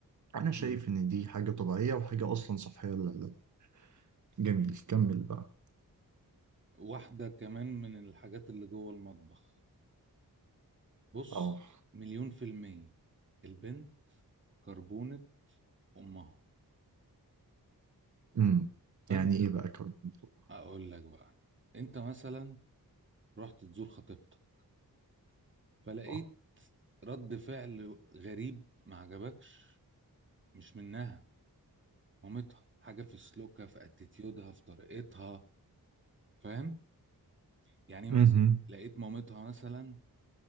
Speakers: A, on the right; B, on the right.
A: أنا شايف
B: امم
A: إن دي حاجة طبيعية وحاجة أصلا صحية لا لا جميل كمل بقى
B: واحدة كمان من الحاجات اللي جوه المطبخ بص
A: اه
B: مليون في المية البنت كربونة امها
A: امم
B: فانت
A: يعني إيه بقى كرب التوبة؟
B: اقول لك بقى انت مثلا رحت تزور خطيبتك فلقيت
A: اه
B: رد فعل غريب ما عجبكش مش منها مامتها حاجه في سلوكها في اتيتيودها في طريقتها فاهم يعني مثلا
A: امم
B: لقيت مامتها مثلا